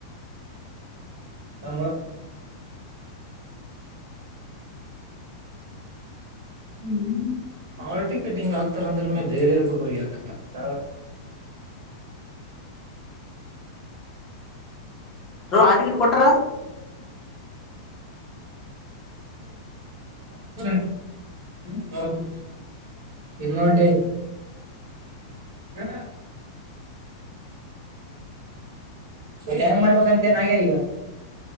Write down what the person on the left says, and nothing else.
ರವ್ ಆ ಟಿಕೆಟ್ ಕೊಟ್ರ